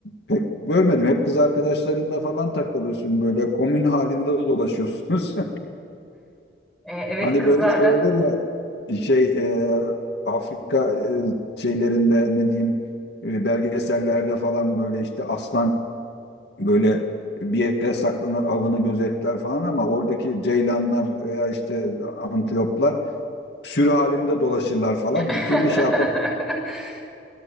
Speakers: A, on the left; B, in the centre.
A: pek görmedim. Hep kız arkadaşlarınla falan takılıyorsun böyle komün halinde dolaşıyorsunuz. <laughs>
B: Ee, evet
A: Hani
B: kızlarla.
A: böyle şey olur ya şey e, Afrika e, şeylerinde ne diyeyim e, belgesellerde falan böyle işte aslan böyle bir yere saklanır avını gözetler falan ama oradaki ceylanlar veya işte antiloplar sürü halinde dolaşırlar falan.
B: <laughs>
A: Bir türlü şey yapamam.